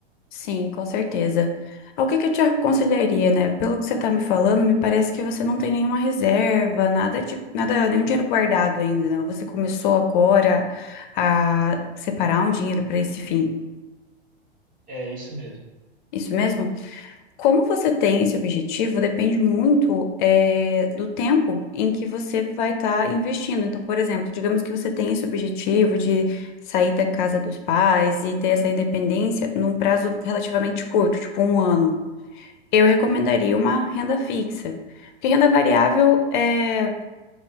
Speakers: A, on the left; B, on the right.
A: Sim, com certeza. Ah, O que que eu te aconselharia, né? Pelo que você tá me falando, me parece que você não tem nenhuma reserva, nada de, nada, nenhum dinheiro guardado ainda, né? Você começou agora a separar um dinheiro para esse fim.
B: É isso mesmo,
A: Isso mesmo? Como você tem esse objetivo depende muito eh, do tempo em que você vai estar investindo. Então, por exemplo, digamos que você tem esse objetivo de sair da casa dos pais e ter essa independência num prazo relativamente curto, tipo um ano. Eu recomendaria uma renda fixa. Porque renda variável é